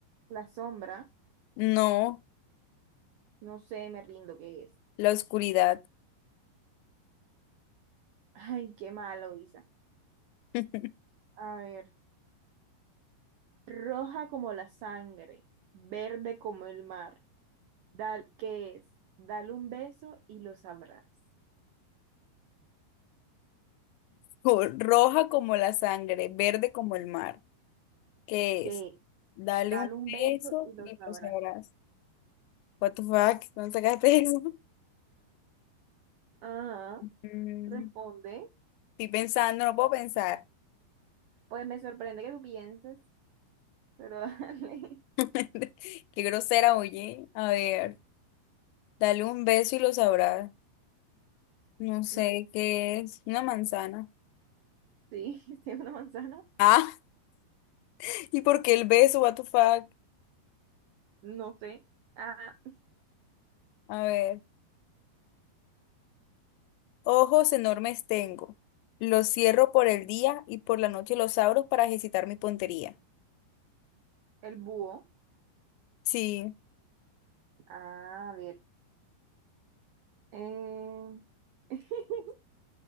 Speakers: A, on the right (about 80°); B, on the left (about 85°).
A: La sombra.
B: no.
A: No sé, me rindo, ¿qué es?
B: La oscuridad.
A: Ay, qué malo, Isa.
B: <laughs>
A: A ver. Roja como la sangre. Verde como el mar. Dal, ¿qué es? Dale un beso y lo sabrás.
B: Co- Roja como la sangre, verde como el mar. ¿Qué
A: ¿Qué?
B: es? Dale
A: Dale
B: un
A: un beso
B: peso
A: y lo
B: y
A: sabrás.
B: lo sabrás. What the fuck? ¿Dónde sacaste eso? <laughs>
A: Ah.
B: Mm,
A: Responde.
B: Estoy pensando, no puedo pensar.
A: Pues me sorprende que tú pienses, pero dale.
B: <laughs> Qué grosera, oye. A ver, dale un beso y lo sabrás. No sé
A: <laughs>
B: qué es. Una manzana.
A: Sí, sí, una manzana.
B: Ah, <laughs> ¿y por qué el beso? What the fuck?
A: No sé. Ah,
B: A ver. Ojos enormes tengo. Los cierro por el día y por la noche los abro para ejercitar mi puntería.
A: el búho.
B: Sí,
A: Ah, a ver. Eh, <laughs>